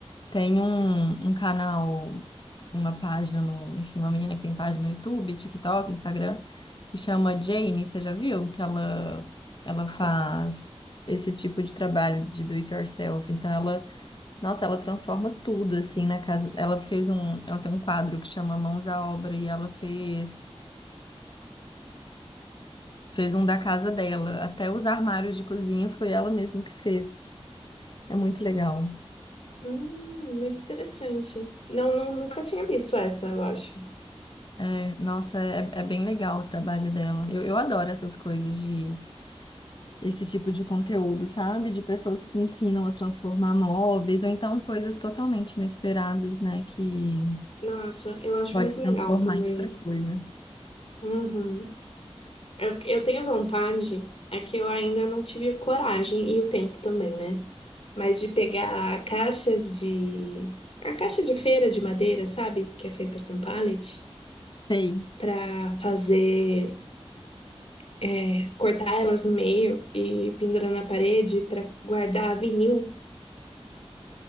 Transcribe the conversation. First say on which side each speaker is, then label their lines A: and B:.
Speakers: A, on the left; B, on the left.
A: Tem um, um canal, uma página no, enfim, uma menina que tem página no YouTube, TikTok, Instagram, que chama Jane, você já viu? Que ela, ela faz esse tipo de trabalho de do it yourself. Então, ela Nossa, ela transforma tudo assim na casa. Ela fez um, ela tem um quadro que chama Mãos à Obra e ela fez fez um da casa dela. Até os armários de cozinha foi ela mesma que fez. É muito legal.
B: Hum, muito interessante. Não, não, nunca tinha visto essa, eu acho.
A: É, nossa, é, é bem legal o trabalho dela. Eu, eu adoro essas coisas de esse tipo de conteúdo, sabe? De pessoas que ensinam a transformar móveis ou então coisas totalmente inesperadas, né? Que
B: Nossa, eu acho
A: pode
B: muito
A: transformar
B: legal também.
A: em outra coisa.
B: Uhum. Eu, eu tenho vontade, é que eu ainda não tive a coragem e o tempo também, né? Mas de pegar caixas de. A caixa de feira de madeira, sabe? Que é feita com pallet,
A: Sei.
B: para fazer. é, cortar elas no meio e pendurar na parede para guardar vinil.